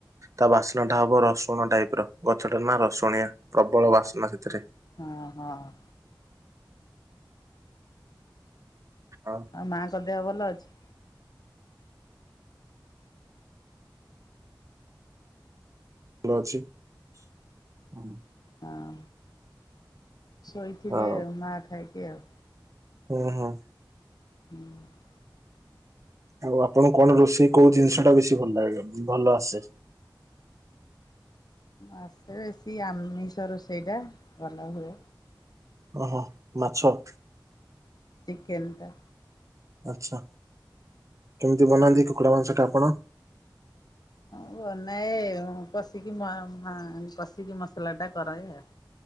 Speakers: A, on the right; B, on the left.
A: ତା ବାସ୍ନା ଟା ହବ ରସୁଣ ଟାଇପ୍ ର ଗଛ ଟା ନା ରସୁଣିଆ। ପ୍ରବଳ ବାସ୍ନା ସେଥିରେ।
B: ହଁ ହଁ।
A: ଆଉ
B: ଆଉ ମାଆଙ୍କ ଦେହ ଭଲ ଅଛି?
A: ଲ ଅଛି ହୁଁ।
B: ହଁ ଶୋଇଥିବେ
A: ଆଉ
B: ଆଇ ମା ଖାଇକି ଆଉ।
A: ହୁଁ ହୁଁ।
B: ହୁଁ।
A: ଆଉ ଆପଣଙ୍କୁ କଣ ରୋଷେଇ କୋଉ ଜିନିଷ ଟା ବେଶୀ ଭଲ ଲାଗେ ଭଲ ଆସେ।
B: ଆସେ ବେଶୀ ଆମିଷ ରୋଷେଇ ଟା ଭଲ ହୁଏ।
A: ଓହୋ ମାଛ।
B: ଚିକେନ୍ ଟା।
A: ଆଚ୍ଛା କେମିତି ବନାନ୍ତି କୁକୁଡ଼ା ମାଂସ ଟା ଆପଣ।
B: ହ ବନାଏ କଷିକି ମା ମା କଷିକି ମସଲା ଟା କରାଏ ଆଉ।